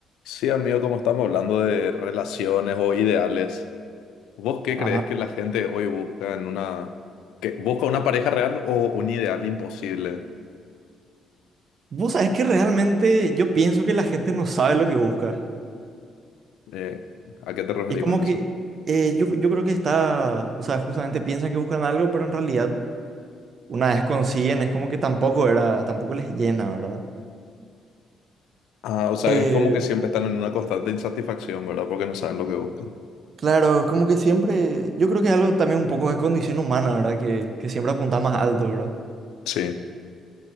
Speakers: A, on the left; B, on the right.
A: Sí, amigo, como estamos hablando de relaciones o ideales, ¿vos qué
B: Ajá.
A: crees que la gente hoy busca en una... que busca una pareja real o un ideal imposible?
B: Vos sabés que realmente yo pienso que la gente no sabe lo que busca.
A: Eh, ¿a qué te referís
B: Es como
A: con eso?
B: que eh, yo, yo creo que está, o sea, justamente piensan que buscan algo, pero en realidad una vez consiguen, es como que tampoco era, tampoco les llena, ¿verdad?
A: Ah, o sea,
B: Eh,
A: es como que siempre están en una constante insatisfacción, ¿verdad? Porque no saben lo que buscan.
B: claro, es como que siempre, yo creo que es algo también un poco de condición humana, ¿verdad? Que, que siempre apunta más alto, ¿verdad?
A: Sí.